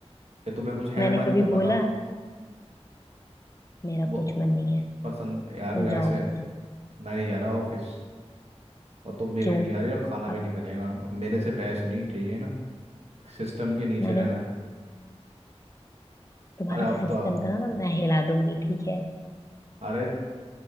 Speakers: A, on the right; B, on the left.
A: कि तुम्हें कुछ है
B: मैंने
A: मन
B: कभी
A: तो बताओ
B: बोला मेरा
A: वो
B: कुछ मन नहीं है
A: पसंद यार
B: तुम
A: ऐसे
B: जाओ बस
A: मैं नहीं जा रहा ऑफिस और तुम भी
B: क्यों
A: कहीं नहीं जा रही और खाना
B: अब
A: भी नहीं बनेगा मेरे से बहस नहीं ठीक है ना सिस्टम के नीचे
B: मैंने
A: रहना है
B: तुम्हारा
A: अरे अब
B: सिस्टम
A: तो
B: था ना मैं हिला दूंगी ठीक है
A: अरे